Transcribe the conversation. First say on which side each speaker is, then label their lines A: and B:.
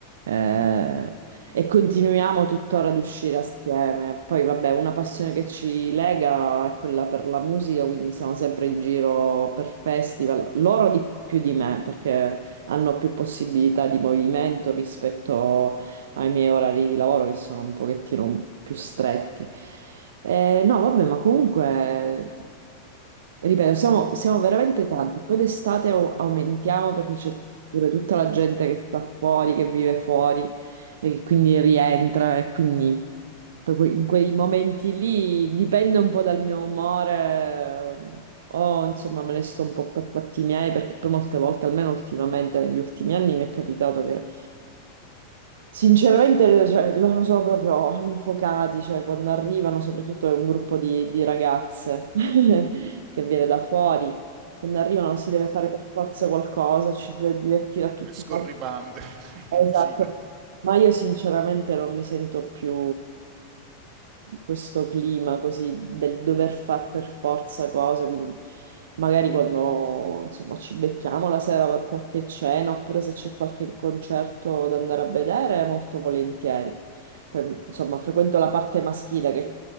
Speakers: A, on the right (about 60°); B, on the right (about 40°).
A: Eh, e continuiamo tuttora ad uscire assieme. Poi, vabbè, una passione che ci lega è quella per la musica, quindi siamo sempre in giro per festival, loro di più di me, perché hanno più possibilità di movimento rispetto ai miei orari di lavoro che sono un pochettino più stretti. Eh, no, vabbè, ma comunque, ripeto, siamo, siamo veramente tanti. Poi d'estate au- aumentiamo perché c'è pure tutta la gente che sta fuori, che vive fuori e che quindi rientra e quindi poi que- in quei momenti lì dipende un po' dal mio umore. O insomma me ne sto un po' per fatti miei perché poi molte volte, almeno ultimamente negli ultimi anni, mi è capitato che Sinceramente, cioè, loro sono proprio infuocati, cioè quando arrivano, soprattutto è un gruppo di, di ragazze <laughs> che viene da fuori, quando arrivano si deve fare
B: Mm.
A: per forza qualcosa, ci si deve divertire a tutti
B: E scorribande
A: i costi.
B: <laughs>
A: Esatto.
B: in giro.
A: Ma io sinceramente non mi sento più questo clima così del dover far per forza cose, quindi magari quando insomma ci becchiamo la sera per qualche cena oppure se c'è qualche concerto da andare a vedere, molto volentieri. Poi, insomma, frequento la parte maschile che-